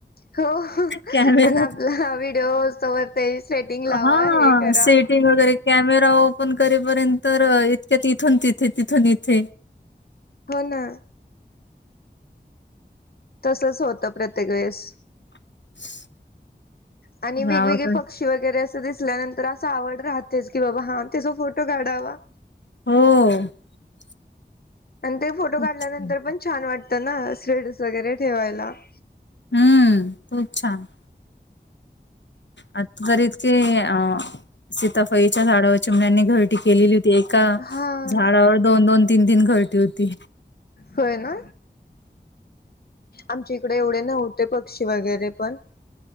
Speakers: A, on the left; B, on the left.
A: हो
B: कॅमेरा
A: आणि आपला व्हिडिओ तवर ते सेटिंग लावा
B: हा...
A: हे करा.
B: सेटिंग वगैरे कॅमेरा पण करेपर्यंत इतक्यात इथून, तिथे तिथून इथे.
A: हो ना तसच होतं प्रत्येक वेळेस
B: <inaudible>
A: आणि वेगवेगळे
B: गावाकड
A: पक्षी वगैरे अस दिसल्यानंतर अस आवड राहते की बाबा हा त्याचा फोटो काढावा.
B: हो..
A: आणि ते फोटो
B: खूप
A: काढल्यानंतर
B: छान.
A: पण छान वाट ते ना, वगैरे ठेवायला <inaudible>
B: हम्म खूप छान! आ तर इतके अ <inaudible> सीताफळाच्या झाडावर चिमण्यांनी घरटी केलेली होती. एका
A: हा
B: झाडावर दोन, दोन तीन, तीन घरटी होती.
A: होय ना. आमच्या इकडे एवढे नव्ह--. पक्षी वगैरे पण